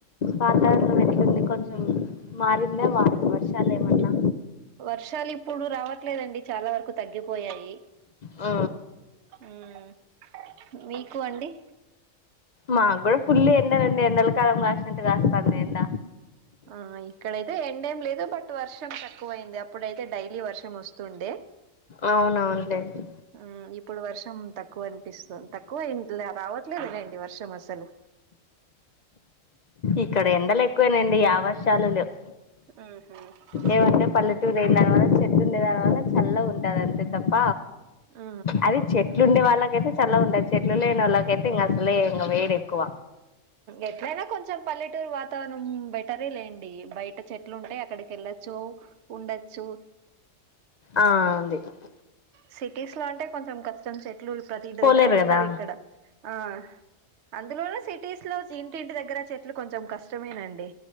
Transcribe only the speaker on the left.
వాతావరణం ఎట్లుంది కొంచెం మారిందా వా వర్షాలు ఏమన్నా
ఆ
మాకు గూడా ఫుల్ ఎండలండి ఎండల కాలం కాసినట్టు కాస్తాంది ఎండ
అవునవున్లేండి
ఇక్కడ ఎండలు ఎక్కువేనాండి యా వర్షాలులేవ్
ఏమంటే పల్లెటూరుదానివల్ల చెట్టు ఉండే దానివల్ల చల్ల ఉంటది అంతే తప్ప
అది చెట్లు ఉండే వాళ్ళక అయితే చల్ల ఉంటుది చెట్లు లేని వాళ్ళకయితే ఇంక అసలే ఇంకా వేడి ఎక్కువ
ఆ <unintelligible>
పోలేరు
కదా